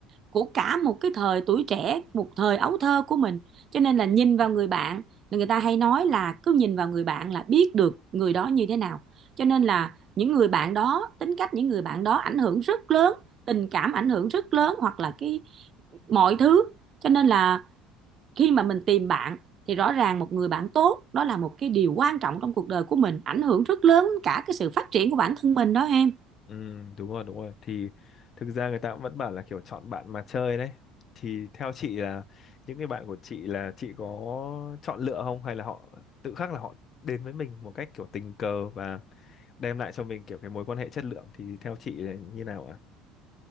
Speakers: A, on the right; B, on the left.
A: của cả một cái thời tuổi trẻ một thời ấu thơ của mình cho nên là nhìn vào người bạn là người ta hay nói là cứ nhìn vào người bạn là biết được người đó như thế nào cho nên là những người bạn đó tính cách những người bạn đó ảnh hưởng rất lớn tình cảm ảnh hưởng rất lớn hoặc là cái mọi thứ cho nên là khi mà mình tìm bạn thì rõ ràng một người bạn tốt đó là một cái điều quan trọng trong cuộc đời của mình ảnh hưởng rất lớn cả cái sự phát triển của bản thân mình đó em
B: Ừ, đúng rồi, đúng rồi. Thì thực ra người ta cũng vẫn bảo là kiểu chọn bạn mà chơi đấy. Thì theo chị là những cái bạn của chị là chị có chọn lựa không hay là họ tự khắc là họ đến với mình một cách kiểu tình cờ và đem lại cho mình kiểu cái mối quan hệ chất lượng thì theo chị là như nào ạ?